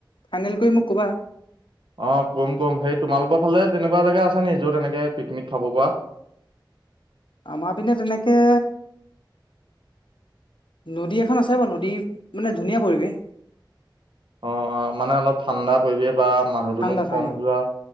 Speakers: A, on the left; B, on the right.
A: ফাইনেল কৰি মোক ক'বা।
B: অ', কম কম, সেই তোমালোকৰ ফালে তেনেকুৱা জেগা আছে নি য'ত এনেকে পিকনিক খাব পৰা।
A: আমাৰ পিনে তেনেকে নদী এখন আছে বাৰু নদী মানে ধুনীয়া পৰিৱেশ।
B: অ', অ', মানে অলপ ঠাণ্ডা পৰিৱেশ বা মানুহ
A: ঠাণ্ডা
B: দুনোহ
A: ঠাণ্ডা
B: কম যোৱা